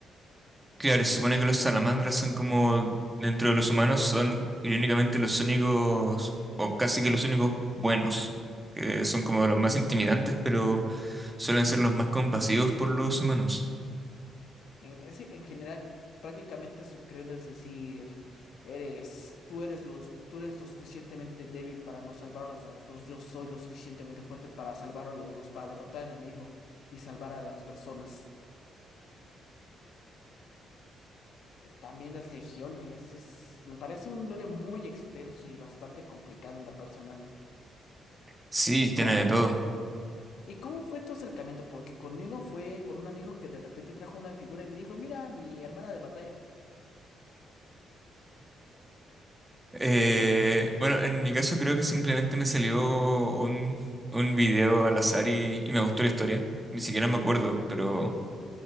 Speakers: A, on the right; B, on the left.
A: Claro, se supone
B: tienen
A: que los salamandras son como, dentro de los humanos, son irónicamente los únicos, o casi que los únicos buenos, que son como de los más intimidantes, pero suelen ser los más compasivos por los humanos.
B: En, en sí, en general, prácticamente su credo es decir, eres, tú eres los, tú eres lo suficientemente débil para no salvarlos a los dos, yo soy lo suficientemente fuerte para salvar a los dos, para derrotar al enemigo y salvar a las personas. Eh, También las legiones, es, me parece un lore muy extenso y bastante complicado en lo personal.
A: Sí,
B: ¿Y
A: tiene
B: cómo,
A: de todo.
B: y cómo fue tu acercamiento? Porque conmigo fue con un amigo que de repente trajo una figura y me dijo, mira, mi hermana de batalla.
A: Eh, bueno, en mi caso creo que simplemente me salió un, un video al azar y, y me gustó la historia. Ni siquiera me acuerdo, pero